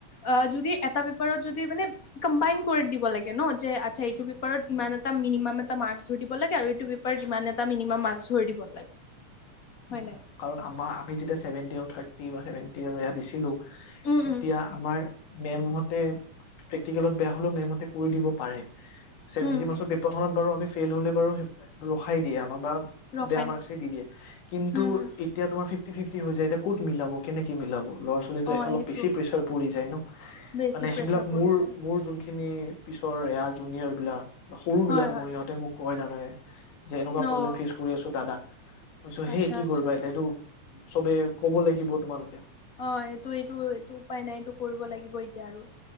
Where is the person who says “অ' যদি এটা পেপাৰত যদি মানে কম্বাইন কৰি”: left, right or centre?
Left